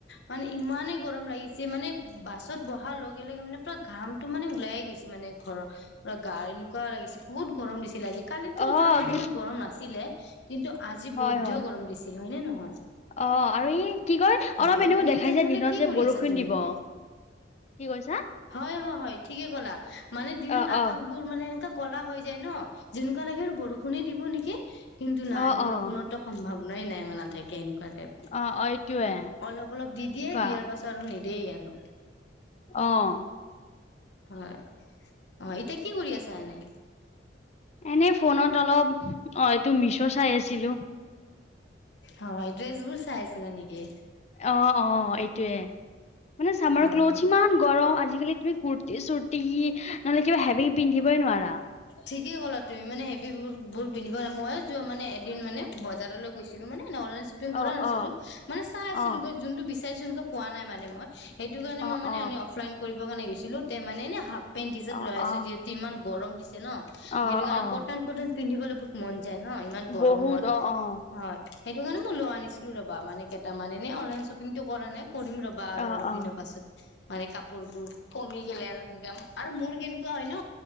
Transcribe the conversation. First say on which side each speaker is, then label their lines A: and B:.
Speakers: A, on the left (about 70°); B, on the left (about 35°).
A: মানে ইমানে গৰম লাগিছে মা মানে বাছত বহাৰ লগে লগে মানে পুৰা ঘামটো মানে ওলায়ে গৈছে মানে ঘৰৰ, পুৰা গাৰ এনেকুৱা লাগিছে বহুত গৰম দিছিল আজি। কালিটো
B: অ',
A: যোৱা কালি ইমান গৰম নাছিলে। কিন্তু আজি
B: হয়
A: বহুত বৈধ্য
B: হয়।
A: গৰম দিছিল, হয় নে নহয়?
B: অ' আৰু ই, কি কয়
A: হয়
B: অলপ এনেকুৱা
A: এনে
B: দেখায়
A: তেনেহলে
B: যে দিনত
A: কি
B: যে
A: কৰি
B: বৰষুণ
A: আছা তুমি
B: দিব।
A: এতিয়া?
B: কি কৈছা?
A: হয় হ হয়। ঠিকে ক'লা মানে দিনত
B: অ',
A: আকাশবোৰ
B: অ'।
A: মানে এনেকা ক'লা হৈ যায় ন? যেনেকুৱা লাগে আৰু বৰষুণে দিব নেকি! কিন্তু নাই
B: অ',
A: বৰষুণতো
B: অ', অ',
A: ভাৱনাই নাই মানে নাথাকে এনেকুৱা টাইপ,
B: অ', এইটোৱে
A: অলপ অলপ দি দিয়ে,
B: কোৱা
A: দিয়াৰ পাছত আৰু নি দেই আৰু।
B: অ'।
A: হয় অ', এতিয়া কি কৰি আছা এনে?
B: এনেই ফোনত অলপ, অ', এইটো মিশ্বো চাই আছিলোঁ।
A: হয়, ড্ৰেছবোৰ চাই আছিলা নেকি?
B: অ', অ', এইটোৱে মানে চামাৰ
A: হয়
B: ক্ল'থছ ইমান গৰম আজিকালি তুমি কুুৰ্তি চুৰ্তি, নহ'লে কিবা হেভি পিন্ধিবই নোৱাৰা।
A: ঠিকেই ক'লা তুমি মানে হেভিবোৰ বোৰ পিন্ধিবই, ময়ো যোৱা মানে এদিন মানে বজাৰলৈ গৈছিলো মানে অনলাইন শ্বপিং কৰা
B: অ',
A: নাছিলো
B: অ',
A: মানে চাই আছিলোঁ
B: অ',
A: ব যোনটো বিচাৰিচো এনকা পোৱা নাই মানে মই। সেইটো কাৰণে
B: অ',
A: মই মানে
B: অ'।
A: অফলাইন কৰিব কাৰণে গৈছিলো তে মানে এনে হাফ পেণ্ট টিচাৰ্ত
B: অ',
A: লৈ আহিছো
B: অ',
A: যিহেতু ইমান গৰম দিছে ন'
B: অ',
A: সেইটো কাৰণে
B: অ',
A: কটন-টটন পিন্ধিবলৈ বহুত মন যায় ন' ইমান গৰমত,
B: বহুত অ', অ',
A: হয়। সেইটো কাৰণে মই লৈ আনিছিলো ৰ'বা, মানে কেইটামান এনে অনলাইন শ্বপিংটো কৰা নাই। কৰিম ৰ'বা আৰু
B: অ',
A: অলপ
B: অ',
A: দিনৰ পাছত মানে কাপোৰবোৰ কমি গেলে আৰু এনকম আৰু মোৰ কেনেকুৱা হয় ন,